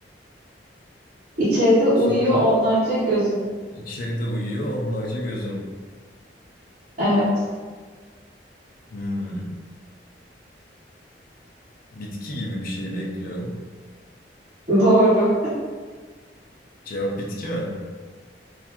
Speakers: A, on the right; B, on the left.
A: İçeride uyuyor
B: Sonra
A: onlarca gözüm.
B: içeride uyuyor onlarca gözüm.
A: Evet.
B: Hmm. Bitki gibi bir şey bekliyorum.
A: Doğru.
B: Cevap bitki mi?